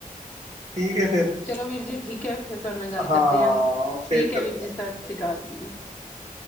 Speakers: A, on the right; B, on the left.
A: ਠੀਕ ਐ ਫੇਰ।
B: ਚਲੋ ਵੀਰ ਜੀ ਠੀਕ ਐ ਫੇਰ ਤੁਹਾਡੇ ਨਾਲ ਗੱਲ
A: ਹਾਂ
B: ਕਰਦੇ ਆ ਠੀਕ
A: ਫਿਰ ਕਰਦੇ
B: ਐ ਵੀਰ ਜੀ।
A: ਆ। ਓਕੇ
B: ਸਤਿ ਸ੍ਰੀ ਅਕਾਲ
A: ਸਤਿ
B: ਜੀ।
A: ਸ਼੍ਰੀ ਅਕਾਲ